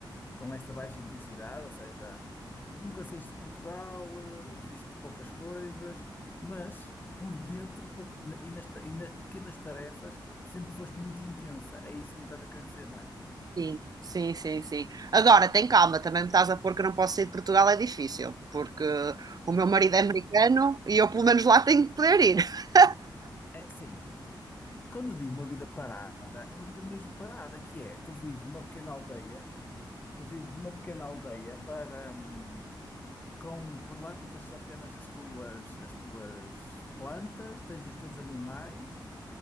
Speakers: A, on the left; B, on the right.
A: com essa baixa intensidade, ou seja, nunca saíste de Portugal, eh, viste poucas coisas, mas por dentro co- e nas, ta- e nas pequenas tarefas sempre foste muito intensa. É isso que me estás a querer dizer, não é?
B: Sim, sim, sim, sim. Agora, tem calma, também me estás a pôr que eu não posso sair de Portugal, é difícil, porque o meu marido é americano e eu, pelo menos, lá tenho que poder ir. <laughs>
A: É, sim. E quando eu digo uma vida parada, é uma vida mesmo parada, que é, tu vives numa pequena aldeia, tu vives numa pequena aldeia para, hum, com plantas apenas as tuas, as tuas plantas, tens os teus animais,